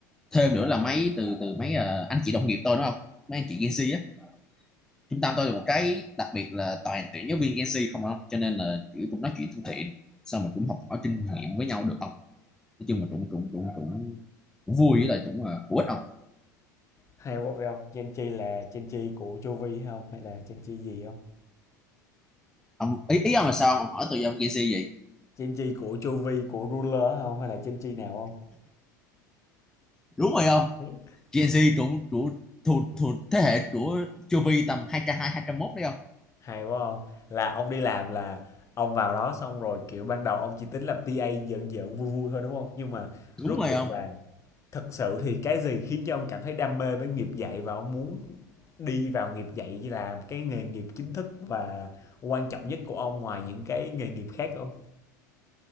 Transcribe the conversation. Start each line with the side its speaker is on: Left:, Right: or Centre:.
Centre: thêm nữa là mấy từ từ mấy à, anh chị đồng nghiệp tôi đúng không mấy anh chị Gen Z á trung tâm tôi là một cái đặc biệt là toàn tuyển giáo viên Gen Z không ông cho nên là kiểu cũng nói chuyện thân thiện sao mà cũng học hỏi kinh nghiệm với nhau được không? nói chung mà cũng cũng cũng cũng cũng vui với lại cũng là hữu ích không?
Left: Hay quá phải hông? Gen Chi là Gen Chi của Chu Vi hay hông? Hay là Gen Chi gì không
Centre: ông ý ý ông là sao ông hỏi tôi ông Gen Z gì
Left: Gen Chi của Chu Vi, của ruler không Hay là Gen Chi nào
Centre: đúng rồi không
Left: không
Centre: Gen Z trụ trụ thuộc thuộc thế hệ của chu vi tầm 202 201 đấy không
Left: Hay quá không Là ông đi làm là ông vào đó xong rồi, kiểu, ban đầu ông chỉ tính làm TA giỡn giỡn, vui vui thôi, đúng không Nhưng mà
Centre: đúng
Left: rốt
Centre: rồi
Left: cuộc
Centre: không
Left: là thật sự thì cái gì khiến cho ông cảm thấy đam mê với nghiệp dạy và ông muốn đi vào nghiệp dạy như là cái nghề nghiệp chính thức và quan trọng nhất của ông ngoài những cái nghề nghiệp khác không